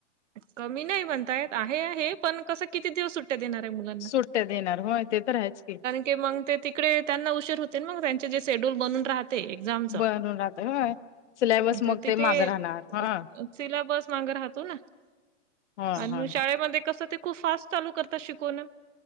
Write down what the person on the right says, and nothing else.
कमी नाही म्हणता येत आहे हे पण कसं किती दिवस सुट देणारे मुला
ते मंग ते तिकडे त्यांना उशीर होते मग त्यांचे जे शेड्यूल बनून राहत ते एक्सामच
ते तिथे
अ अ सिलाबस माग राहतो ना
आणि
मग शाळेमध्ये
कसं ते खूप फास्ट चालू करतात शिकवण